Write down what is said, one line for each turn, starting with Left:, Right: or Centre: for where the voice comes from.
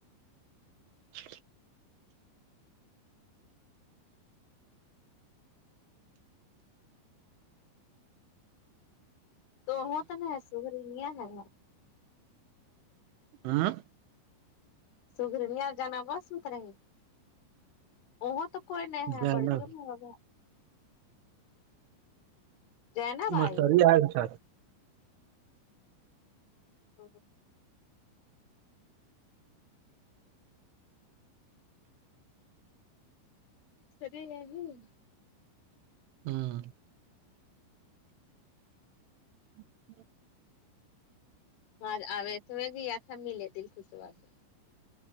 Right: جچھ
Left: تو وہ تو میں سرینیا ہے
Right: ھم
Left: سگرنیا جانا بسنترے ا تو کوئی نہیں ہے
Right: جانا
Left: بڑکوں میں ہوگا جینب
Right: مچور
Left: آئی ہے
Right: آئے ا شاید
Left: ا سریح ہے نہیں
Right: ھم جی
Left: ج آوس و جی یہ تھا ملے د کشبس